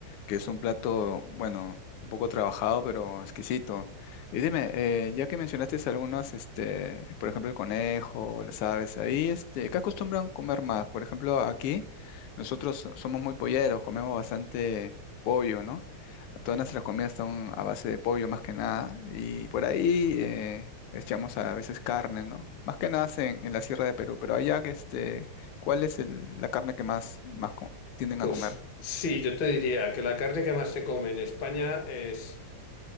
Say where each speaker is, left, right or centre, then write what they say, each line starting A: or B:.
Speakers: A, on the left (about 85°); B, on the left (about 65°).
A: que es un plato, bueno, un poco trabajado, pero exquisito. Y dime, eh, ya que mencionaste algunos, este, por ejemplo, el conejo, o las aves, ahí, este, ¿qué acostumbran comer más? Por ejemplo, aquí nosotros so- somos muy polleros, comemos bastante pollo, ¿no? Todas nuestras comidas son a base de pollo más que nada, y por ahí eh, echamos a veces carne, ¿no? Más que nada en, en la Sierra de Perú, pero allá, que este, ¿cuál es el- la carne que más, más, tienden
B: Pues
A: a comer.
B: sí, yo te diría que la carne que más se come en España es